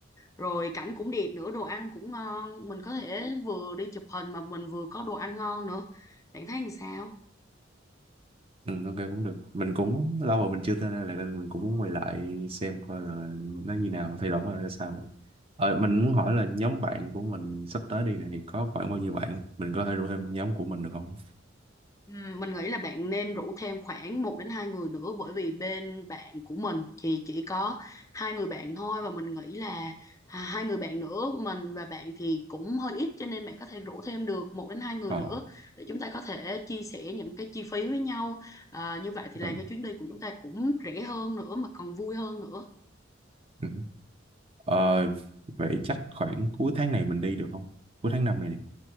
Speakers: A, on the left; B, on the right.
A: rồi cảnh cũng đẹp nữa, đồ ăn cũng ngon, mình có thể vừa đi chụp hình mà mình vừa có đồ ăn ngon nữa. Bạn thấy làm sao?
B: Ừ, ok cũng được. Mình cũng lâu rồi mình chưa tới đây lại nên mình cũng muốn quay lại xem coi là nó như nào, thay đổi coi ra sao. Ờ, mình muốn hỏi là nhóm bạn của mình sắp tới đi này thì có khoảng bao nhiêu bạn? Mình có thể rủ thêm nhóm của mình được không?
A: Ừm, Mình nghĩ là bạn nên rủ thêm khoảng một đến 2 người nữa bởi vì bên bạn của mình thì chỉ có hai người bạn thôi và mình nghĩ là à, hai người bạn nữa mình và bạn thì cũng hơi ít cho nên bạn có thể rủ thêm được một đến hai người
B: Ờ,
A: nữa để chúng ta có thể chia sẻ những cái chi phí với nhau à, như vậy thì làm
B: ừ,
A: cho chuyến đi của chúng ta cũng rẻ hơn nữa mà còn vui hơn nữa
B: ừ. Ờ, vậy chắc khoảng cuối tháng này mình đi được không? Cuối tháng năm này nè.